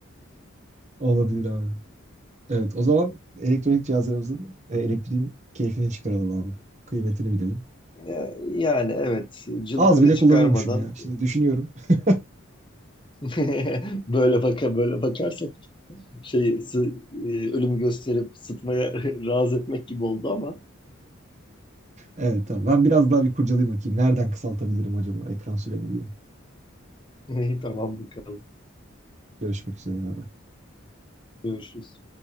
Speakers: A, on the right (about 35°); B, on the left (about 25°).
A: Olabilir abi. Evet o zaman elektronik cihazlarımızın e, elektriğin keyfini çıkaralım abi. Kıymetini bilelim.
B: Ya- Yani evet cılıkını
A: Az bile
B: çıkarmadan
A: kullanıyormuşum ya. Şimdi düşünüyorum. <laughs>
B: <laughs> böyle baka böyle bakarsak şey sı- e, ölümü gösterip sıtmaya <laughs> razı etmek gibi oldu ama
A: Evet tamam. Ben biraz daha bir kurcalayayım bakayım. Nereden kısaltabilirim acaba ekran süremi diye.
B: <laughs> tamam bakalım
A: Görüşmek üzere. abi.
B: görüşürüz.